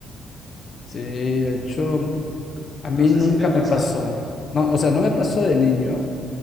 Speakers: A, on the left (about 45°); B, on the right (about 30°).
A: Sí, de hecho, a mí
B: No
A: nunca
B: sé si te ha
A: me
B: pasado.
A: pasó. No, o sea, no me pasó de niño,